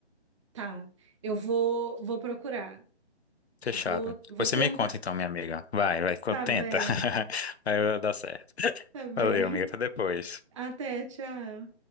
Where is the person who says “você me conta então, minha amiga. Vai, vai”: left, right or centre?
Left